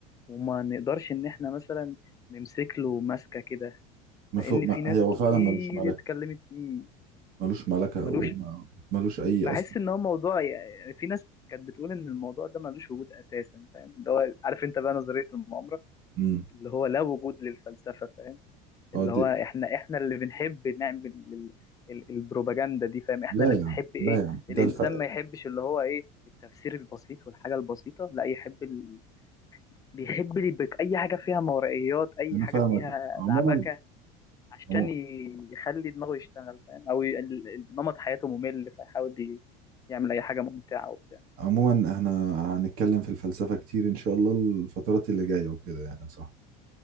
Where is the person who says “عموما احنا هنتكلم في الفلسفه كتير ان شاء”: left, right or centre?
Right